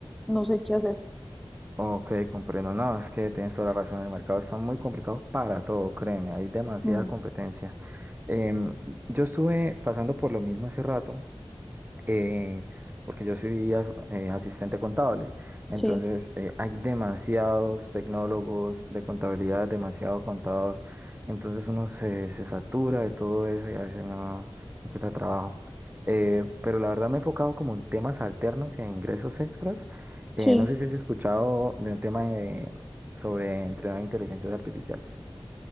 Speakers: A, in the centre; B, on the right.
A: no sé qué hacer.
B: Ok, comprendo. No, es que tienes toda la razón. El mercado está muy complicado para todo, créeme. Hay demasiada
A: Mm,
B: competencia. Em, yo estuve pasando por lo mismo hace rato eh, porque yo soy as- eh, asistente contable. Entonces,
A: sí,
B: eh, hay demasiados tecnólogos de contabilidad, demasiado contador. Entonces, uno se, se satura de todo eso y a veces no, no encuentra trabajo. Eh, pero la verdad me he enfocado como en temas alternos y en ingresos extras. Eh,
A: sí.
B: no sé si has escuchado de un tema de- sobre entrenar inteligencias artificiales.